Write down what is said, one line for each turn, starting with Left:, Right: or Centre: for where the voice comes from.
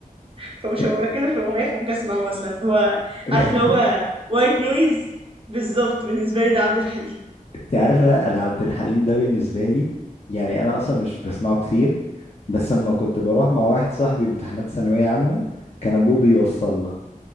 Right: <laughs> فمش
Left: انت
Right: هبقى مركزة في الأغنية فممكن أسمعه مثلا هو
Left: <laughs>
Right: عارف اللي هو وايت نويز بالظبط بالنسبة لي ده عبد الحليم
Left: إنت عارفه انا عبد الحليم ده بالنسبه لي يعني انا اصلا مش بسمعه كتير بس اما كنت بروح مع واحد صاحبي امتحانات ثانويه عامه كان ابوه بيوصلنا